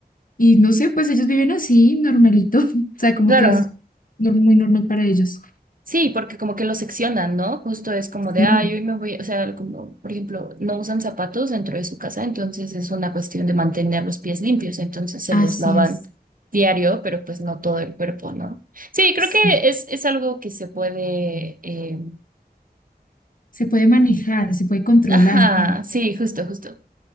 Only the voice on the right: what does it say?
Claro,
sí, porque como que lo seccionan, ¿no? Justo es como de,
ay, hoy me voy, o sea, como, por ejemplo, no usan zapatos dentro de su casa, entonces es una cuestión de mantener los pies limpios, entonces se
los lavan
diario, pero pues no todo el cuerpo, ¿no? Sí, creo
que es, es algo que se puede, eh,
ajá,
sí, justo, justo.